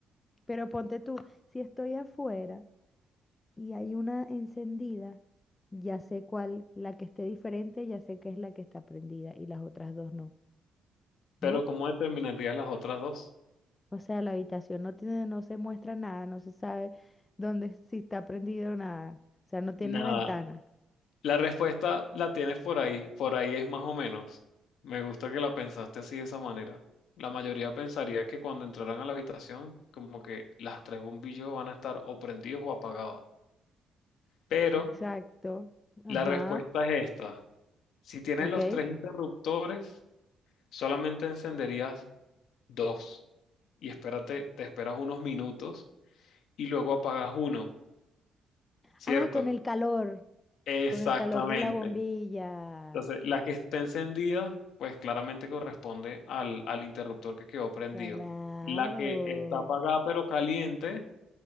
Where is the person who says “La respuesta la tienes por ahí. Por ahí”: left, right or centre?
Left